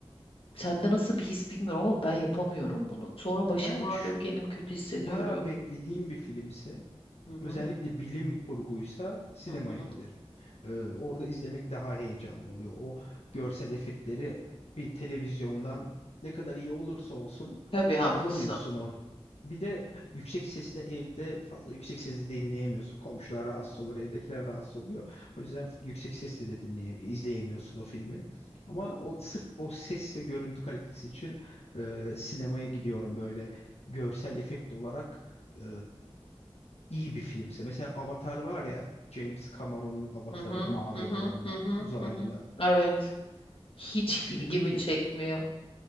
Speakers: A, on the left; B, on the left.
A: Sende nasıl bir his bilmiyorum ama ben yapamıyorum bunu. Sonra başım
B: Ben
A: ağrıyor,
B: şu,
A: kendimi kötü hissediyorum.
B: bayağı beklediğim bir filmsi.
A: Hı hı.
B: Özellikle bilim kurguysa sinemaya
A: Hı hı.
B: giderim. Ee, orada izlemek daha heyecanlı oluyor. O görsel efektleri bir televizyondan ne kadar iyi olursa olsun
A: Tabii haklısın.
B: alamıyorsun o. Bir de yüksek sesle evde fazla yüksek sesle dinleyemiyorsun. Komşular rahatsız olur, evdekiler rahatsız oluyor. O yüzden yüksek sesle de dinleye izleyemiyorsun o filmi. Ama o sırf o ses ve görüntü kalitesi için e, sinemaya gidiyorum böyle görsel efekt olarak E, iyi bir filmse. Mesela Avatar var ya James Cameron'un Avatar'ı
A: Hı hı,
B: mavi
A: hı hı,
B: olanlar,
A: hı hı,
B: uzaylılar.
A: hı hı. Evet. Hiç
B: O filmin
A: ilgimi çekmiyor.